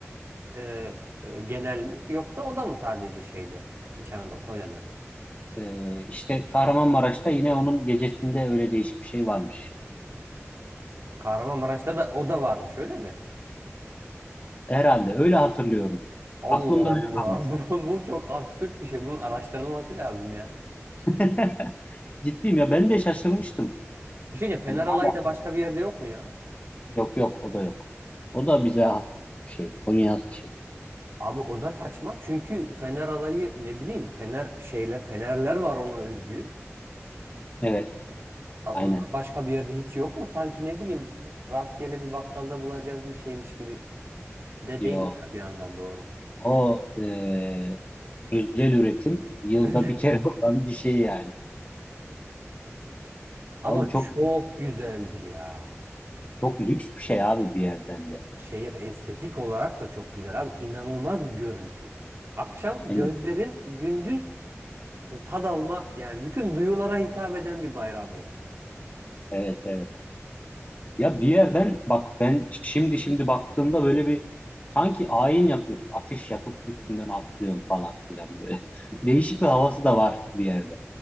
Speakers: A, on the right; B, on the left.
A: e, e, genel mi yoksa o da mı sadece şeyde İç Anadolu Konya'da?
B: E, işte Kahramanmaraş'ta yine onun gecesinde öyle değişik bir şey varmış.
A: Kahramanmaraş'ta da o da varmış öyle mi?
B: Herhalde öyle hatırlıyorum.
A: Allah
B: Aklımda
A: Allah
B: öyle kalmış.
A: <laughs> bu, bu çok absürt bir şey bunun araştırılması lazım ya.
B: <laughs> Ciddiyim ya ben de şaşırmıştım.
A: Bir şey diyeceğim
B: Yani
A: Fener alayı
B: hala
A: da başka bir yerde yok mu ya?
B: yok yok o da yok. O da bize has bir şey. Konya'ya has bir şey.
A: Abi o da saçma çünkü Fener alayı ne bileyim Fener şeyle Fenerler var ona özgü.
B: Evet
A: A- Onlar
B: aynen.
A: başka bir yerde hiç yok mu? Sanki ne bileyim rastgele bir bakkalda bulacağım bir şeymiş gibi de
B: Yo
A: değil ya bir yandan doğru.
B: O e, özel üretim yılda
A: <laughs>
B: bir kere olan bir şey yani.
A: Ama
B: Abi çok
A: çok güzeldi ya.
B: çok lüks bir şey abi bir yerden de.
A: Şey estetik olarak da çok güzel abi. İnanılmaz bir görüntü. Akşam
B: Aynen.
A: gözlerin gündüz e, tad alma yani bütün duyulara hitap eden bir bayram yani.
B: Evet evet. Ya bir yerden bak ben şimdi şimdi baktığımda böyle bir sanki ayin yapıyorsun. Ateş yakıp üstünden atlıyorsun falan filan böyle. <laughs> Değişik bir havası da var bir yerde.